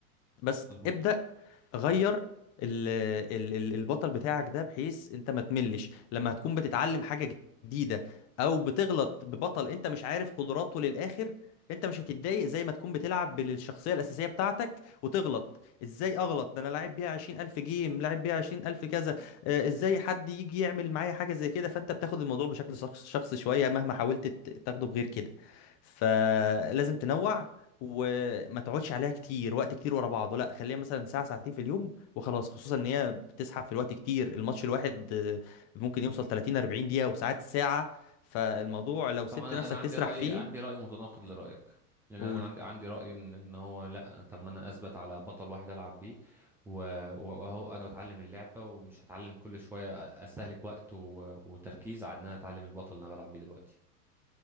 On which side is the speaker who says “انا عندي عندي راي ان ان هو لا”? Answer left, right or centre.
Centre